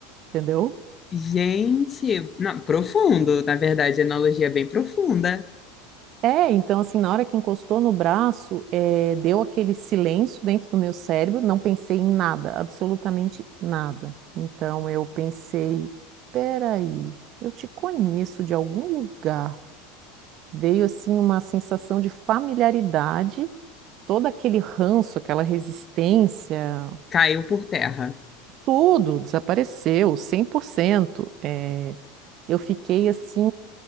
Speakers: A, on the right; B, on the left.
A: entendeu?
B: Gente, não, profundo, na verdade, a analogia é bem profunda.
A: É, então assim, na hora que encostou no braço, eh, deu aquele silêncio dentro do meu cérebro, não pensei em nada, absolutamente nada. Então eu pensei, peraí, eu te conheço de algum lugar. Veio assim uma sensação de familiaridade, todo aquele ranço, aquela resistência,
B: Caiu por terra.
A: tudo desapareceu, 100%. eh, eu fiquei assim,